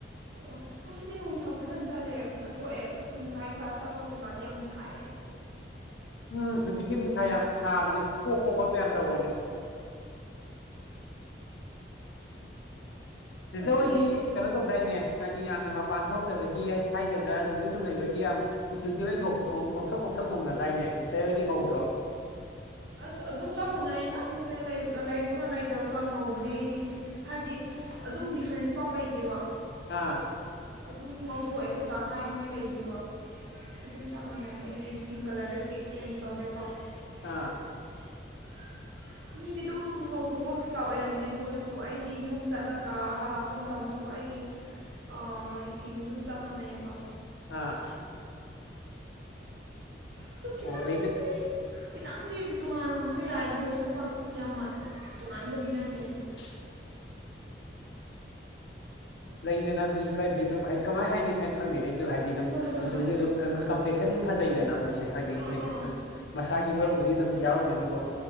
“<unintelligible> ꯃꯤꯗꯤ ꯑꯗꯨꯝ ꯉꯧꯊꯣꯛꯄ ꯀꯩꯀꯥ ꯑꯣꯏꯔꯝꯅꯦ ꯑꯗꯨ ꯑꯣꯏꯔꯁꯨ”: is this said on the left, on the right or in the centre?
Right